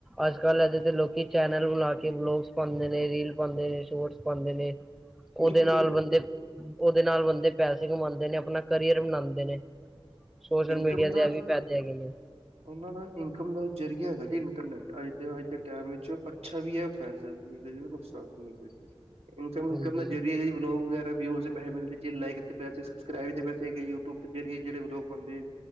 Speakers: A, in the centre; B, on the right.
A: ਅੱਜ-ਕੱਲ੍ਹ ਐਹਦੇ ਤੇ ਲੋਕੀ ਚੈਨਲ ਬਨਾ ਕੇ ਵਲੋਗਸ ਪਾਂਦੇ ਨੇ, ਰੀਲ ਪਾਂਦੇ ਨੇ, ਸ਼ੋਰਟਸ ਪਾਂਦੇ ਨੇ।
B: ਬਿਲਕੁਲ
A: ਓਦੇ ਨਾਲ
B: ਬਿਲਕੁਲ
A: ਬੰਦੇ ਓਹਦੇ ਨਾਲ ਬੰਦੇ ਪੈਸੇ ਕਮਾਂਦੇ ਨੇ, ਅਪਣਾ ਕਰੀਅਰ ਬਨਾੰਦੇ ਨੇ ਸੋਸ਼ਲ
B: ਇਨਕਮ
A: ਮੀਡੀਆ
B: ਦਾ
A: ਦੇ ਐਹ ਵੀ ਫੈਦੇ ਹੈਗੇ ਨੇ।
B: ਉਹਨਾਂ ਦਾ ਇਨਕਮ ਦਾ ਜ਼ਰੀਆ ਹੈਗਾ ਜੀ ਇੰਟਰਨੈਟ, ਅੱਜ ਤੇ ਅੱਜ ਦੇ ਟੈਮ ਏਚ ਅੱਛਾ ਵੀ ਐ। ਫੈਦਾ ਵੀ ਹੈਗਾ ਜੇ ਐਦਾ ਨੁਕਸਾਨ ਵੀ ਹੈਗਾ ਜੇ। ਇਨਕਮ
A: ਹਾਂਜੀ
B: ਕਰਨਾ ਜ਼ਰੀਆ ਹੈਗਾ ਜੀ ਵਿਲੋਗ ਵਗੈਰਾ ਵਿਯੂਜ਼ ਪੈਹੇ ਮਿਲਦੇ ਜੇ ਲਾਇਕ ਕੇ ਪੈਸੇ, ਸਬਸਕ੍ਰਾਇਬ ਦੇ ਪੈਸੇ ਕੀ, ਯੂਟੂਬ ਜਰੀਏ ਜੇੜੇ ਵਿਲੋਗ ਬਣਦੇ